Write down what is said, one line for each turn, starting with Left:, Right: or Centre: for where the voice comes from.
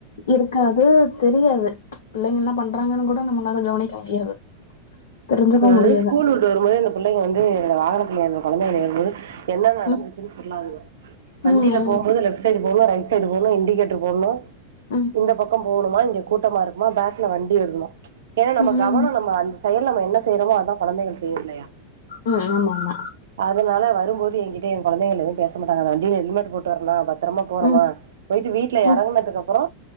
Left: இருக்காது தெரியாது புள்ளைங்கல்லா பண்றாங்கன்னு கூட நம்மனால கவனிக்க முடியாது தெரிஞ்சுக்கவும்
Right: அதாவது
Left: முடியாது.
Right: ஸ்கூல் விட்டு வரும்போது இந்த புள்ளங்க வந்து என்னோட வாகனத்துல ஏர்ற கொழந்தைகள ஏறும்போது என்ன நடந்துச்
Left: ம், ம்,
Right: வண்டில போம்போது லெப்ட் சைடு போணு ரைட் சைடு போணு இண்டிகேட்டர் போடணு
Left: ம்,
Right: இந்த பக்கோ போகணுமா இங்க கூட்டமா இருக்குமா ஃபேக்ல வண்டி வருதுமா ஏன்னா
Left: ம்,
Right: நம்ம கவனோ நம்ம அந்த செயல் நம்ம என்ன செய்றோமோ அதா கொழந்தைகள் செய்யு இல்லயா
Left: ம் ஆமா ஆமா
Right: அதுனால வரும்போது எங்கிட்ட ஏ கொலந்தைகள் எதும் பேச மாட்டாங்க வண்டில ஹெல்மெட் போட்டு வரனா பாத் பத்தரமா போறோமா
Left: ம்,
Right: பொயிட்டு வீட்ல
Left: ம்,
Right: எறங்கனதுக்கு அப்பறோ